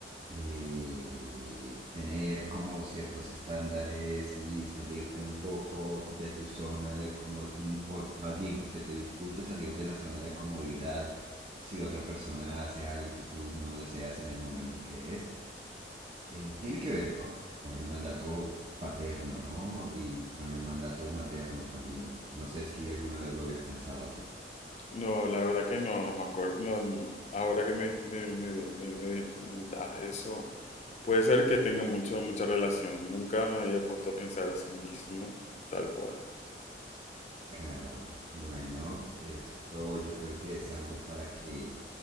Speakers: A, on the right (about 35°); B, on the left (about 40°).
A: eh, tener como ciertos estándares y salirte un poco de tu zona de comodidad, o más bien que se te dificulte salir de la zona de comodidad si otra persona hace algo que tú no deseas en el momento que es eh, tiene que ver con, con el mandato paterno, ¿no? Y con el mandato materno también. No sé si alguna vez lo habías pensado así.
B: No, la verdad que no, no me acuerdo. No, ahora que me, me, me, me- me comentas eso, puede ser que tenga mucho, mucha relación. Nunca me había puesto a pensar así mismo, tal cual.
A: Claro, bueno, esto yo creo que es algo para que